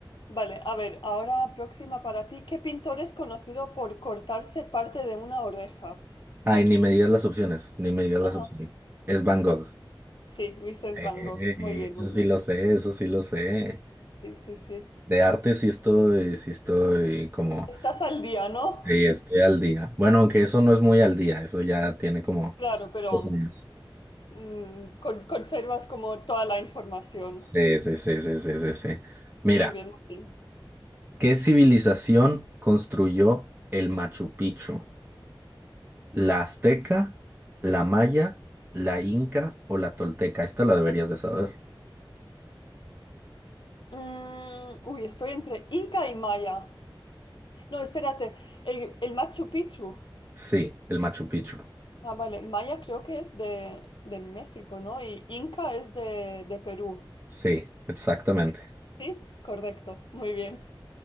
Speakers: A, on the left; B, on the right.
A: Vale, a ver, ahora próxima para ti. ¿Qué pintor es conocido por cortarse parte de una oreja?
B: Ay, ni me digas las opciones, ni me digas
A: Ajá.
B: las opciones. Es Van Gogh.
A: Sí, Vincent
B: Ey,
A: Van Gogh. Muy bien,
B: eso
A: muy bien.
B: sí lo sé, eso sí lo sé.
A: Sí, sí, sí.
B: De arte sí estoy, sí estoy como
A: Estás al día, ¿no?
B: Sí, estoy al día. Bueno, aunque eso no es muy al día, eso ya tiene como
A: Claro, pero
B: dos años.
A: mm, con- conservas como toda la información.
B: Sí, sí, sí, sí, sí, sí, sí. Mira,
A: Muy bien, muy bien.
B: ¿qué civilización construyó el Machu Picchu? ¿La azteca, la maya, la inca o la tolteca? Esta la deberías de saber.
A: Mm, uy, estoy entre Inca y Maya. No, espérate, el, el Machu Picchu.
B: Sí, el Machu Picchu.
A: Ah, vale, Maya creo que es de, de México, ¿no? Y Inca es de, de Perú.
B: Sí, exactamente.
A: ¿Sí? Correcto, muy bien,